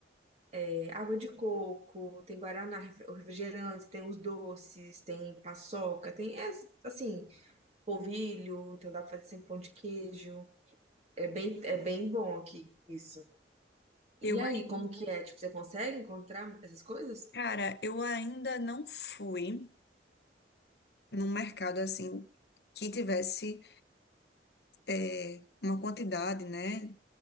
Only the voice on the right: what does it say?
é, água de coco, tem guaraná, ref- refrigerante, tem os doces, tem paçoca, tem, é, assim, polvilho, então dá pra fazer sempre pão de queijo. É bem, é bem bom aqui, isso.
E
aí, como que é? Tipo, você consegue encontrar essas coisas?